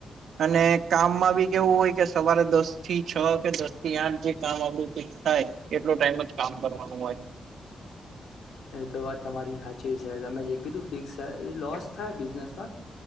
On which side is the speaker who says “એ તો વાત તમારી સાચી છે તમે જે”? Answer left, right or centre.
Left